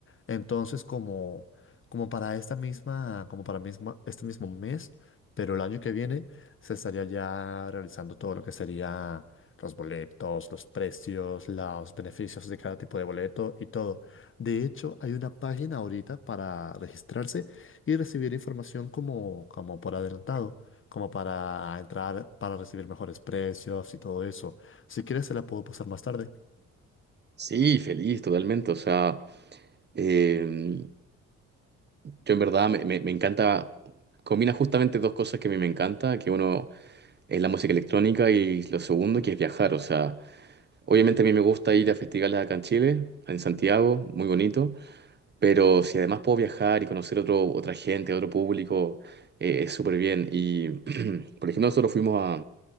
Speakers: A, on the left; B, on the right.
A: Entonces, como, como para esta misma, como para misma, este mismo mes, pero el año que viene, se estaría ya realizando todo lo que sería los boletos, los precios, los beneficios de cada tipo de boleto y todo. De hecho, hay una página ahorita para registrarse y recibir información como, como por adelantado, como para entrar, para recibir mejores precios y todo eso. Si quieres, se la puedo pasar más tarde.
B: Sí, feliz, totalmente. O sea, em, Yo en verdad me, me- me encanta, combina justamente dos cosas que a mí me encanta, que uno es la música electrónica y lo segundo que es viajar, o sea, obviamente a mí me gusta ir a festivales acá en Chile, en Santiago, muy bonito, pero si además puedo viajar y conocer otro, otra gente, otro público, eh, es súper bien. Y, <clears throat> por ejemplo, nosotros fuimos a,